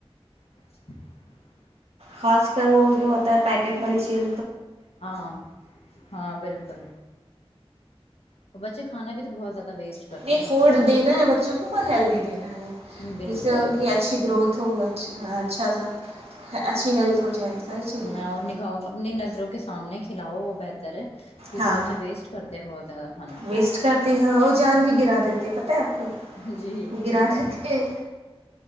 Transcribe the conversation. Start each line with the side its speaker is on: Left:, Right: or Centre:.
Left: <inaudible>
Right: خاص کر وہ جو ہوتا ہے پیکٹ والی چیز
Left: ہاں ہاں بالکل اور بچے کھانا بھی تو بہت زیادہ ویسٹ کرتے
Right: ایک
Left: ہیں
Right: فوڈ دینا ہے بچوں کو اور ہیلدی دینا ہے
Left: بالکل
Right: جس سے ان
Left: بالکل
Right: کی اچھی گروتھ ہو اچھا سا اچھی ہیلتھ ہو جائے ساری چیزیں
Left: ہ اور نکھاؤ اپنی نظروں کے سامنے کھلاؤ بہتر ہے کیونکہ
Right: ہاں
Left: بچے ویسٹ کرتے ہیں بہت زیادہ کھانا
Right: ویسٹ کرتے ہاں وہ جان
Left: جی
Right: کے گرا دیتے ہیں پت ہے آپ کو
Left: جی
Right: گرا دیتے ہیں